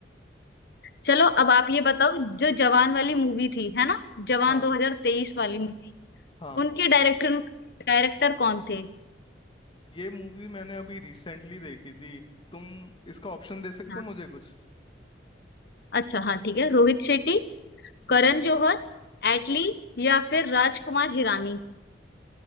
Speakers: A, on the left; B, on the left.
A: चलो अब आप ये बताओ जो जवान वाली मूवी थी है ना जवान
B: हाँ
A: 2023 वाली मूवी
B: हाँ
A: उनके डायरेक्टर डायरेक्टर कौन थे
B: ये मूवी मैंने अभी रिसेंटली देखी थी तुम इसका ऑप्शन दे सकते
A: हाँ
B: हो मुझे कुछ
A: अच्छा हाँ ठीक है रोहित शेट्टी करण
B: हम्म
A: जौहर एटली या फिर राजकुमार हिरानी